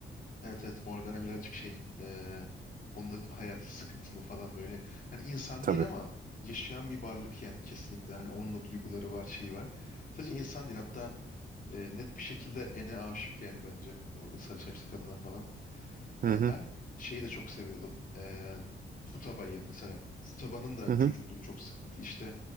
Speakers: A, on the left; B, on the right.
A: Evet evet Morgana birazcık şey e, onun da hayatı sıkıntılı falan böyle. Hani insan
B: Tabii.
A: değil ama yaşayan bir varlık yani kesinlikle. Hani onun da duyguları var şeyi var. Sadece insan değil hatta e, net bir şekilde Ene aşık yani bence. O sarı saçlı kadına falan.
B: Hı
A: E,
B: hı.
A: ben şeyi de çok seviyordum. E, Futaba'yı mesela. Futaba'nın da
B: Hı hı.
A: çocukluğu çok sıkıntı. İşte